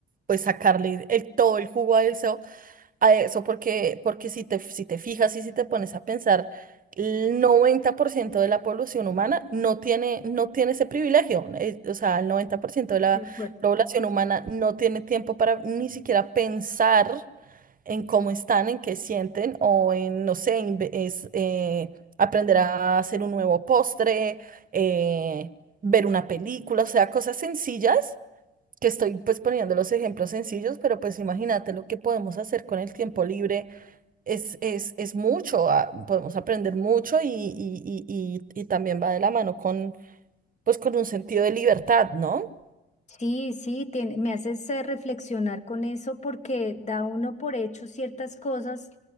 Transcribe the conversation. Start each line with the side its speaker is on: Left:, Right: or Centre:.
Right: pues sacarle el, todo el jugo a eso a eso porque, porque si te, si te fijas y si te pones a pensar, el 90% de la población humana no tiene, no tiene ese privilegio. eh, O sea, el 90% de la
Left: de acuerdo.
Right: población humana no tiene tiempo para ni siquiera pensar en cómo están, en qué sienten o en, no sé, inve- es, eh, aprender a hacer un nuevo postre, eh, ver una película, o sea, cosas sencillas que estoy pues poniendo los ejemplos sencillos, pero pues imagínate lo que podemos hacer con el tiempo libre es, es, es mucho, ah, podemos aprender mucho y, y, y, y, y también va de la mano con pues con un sentido de libertad, ¿no?
Left: Sí, sí, tiene- me haces eh, reflexionar con eso porque da uno por hecho ciertas cosas,